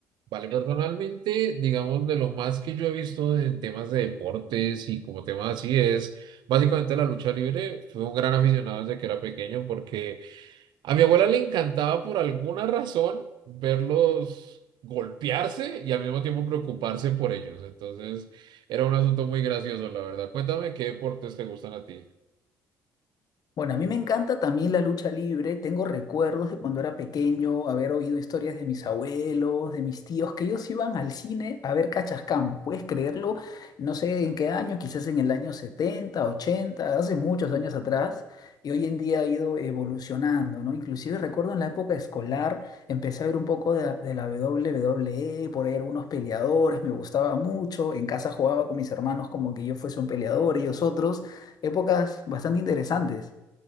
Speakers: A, on the right; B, on the left.
A: Vale, personalmente, digamos, de lo más que yo he visto en temas de deportes y como temas así es, básicamente la lucha libre, fue un gran aficionado desde que era pequeño porque a mi abuela le encantaba por alguna razón verlos golpearse y al mismo tiempo preocuparse por ellos. Entonces, era un asunto muy gracioso, la verdad. Cuéntame qué deportes te gustan a ti.
B: Bueno, a mí me encanta también la lucha libre. Tengo recuerdos de cuando era pequeño, haber oído historias de mis abuelos, de mis tíos, que ellos iban al cine a ver Cachascán. ¿Puedes creerlo? No sé en qué año, quizás en el año 70, 80, hace muchos años atrás. Y hoy en día ha ido evolucionando, ¿no? Inclusive recuerdo en la época escolar, empecé a ver un poco de, la- de la WWE, por ahí algunos peleadores, me gustaba mucho. En casa jugaba con mis hermanos como que yo fuese un peleador, ellos otros. Épocas bastante interesantes.